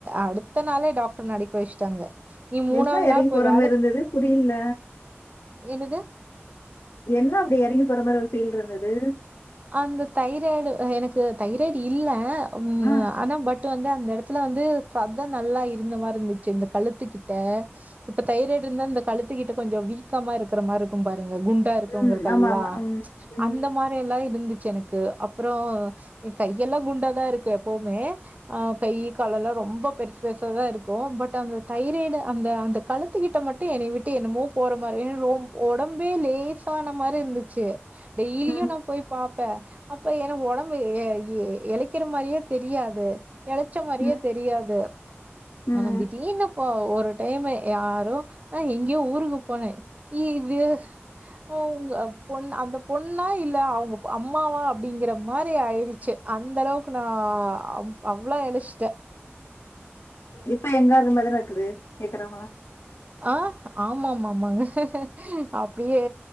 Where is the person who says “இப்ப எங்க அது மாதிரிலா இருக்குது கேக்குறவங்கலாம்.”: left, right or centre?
Left